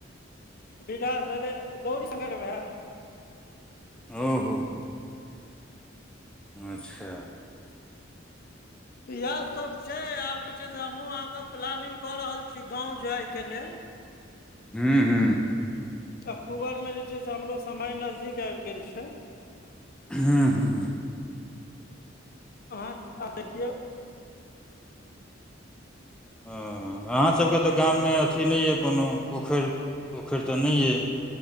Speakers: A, on the left; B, in the centre.
A: विकास भेलै गौरी शंकरके भै
B: ओ हो हो अच्छा
A: इएहसभ छै आब जे छै से हमहूँ अहाँके प्लानि्ंग कऽ रहल छी गाँव जाइके लेल
B: हू हू
A: अक्टूबरमे जे छै से हमरो समय नजदीक आबि गेल छै
B: हू हू
A: अहाँ आब देखियौ
B: ह अहाँसभके तऽ गाममे अथी नहि यए कोनो पोखरि पोखरि तऽ नहि अइ